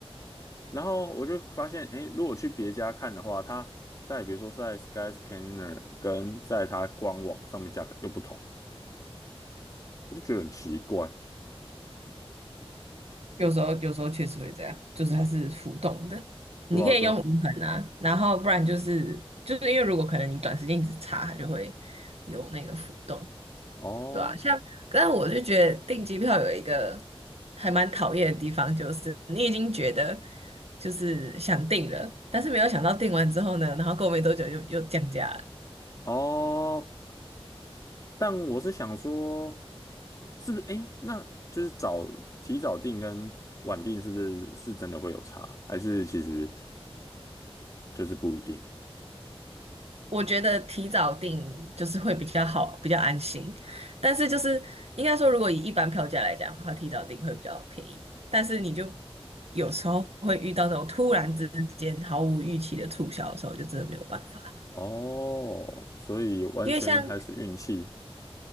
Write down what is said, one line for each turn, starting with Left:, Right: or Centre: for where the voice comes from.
Left: 然后我就发现，哎，如果去别家看的话，它在比如说在 Skyscanner 跟在它官网上面价格又不同，我就觉得很奇怪。
Right: 有时候有时候确实会这样，就是它是浮动的，你可以用无痕啊，
Left: 对啊，对啊
Right: 然后不然就是就是因为如果可能你短时间一直查，它就会有那个浮动，
Left: 哦
Right: 对吧、像，但我就觉得订机票有一个还蛮讨厌的地方，就是你已经觉得就是想订了，但是没有想到订完之后呢，然后过没多久就又降价了。
Left: 哦，但我是想说，是不是？诶，那就是早提早定跟晚定，是不是是真的会有差？还是其实就是不一定？
Right: 我觉得提早订就是会比较好，比较安心。但是就是应该说，如果以一般票价来讲的话，提早订会比较便宜。但是你就有时候会遇到那种突然之间毫无预期的促销的时候，就真的没有办法。
Left: 哦，所以完全还是运气。
Right: 因为像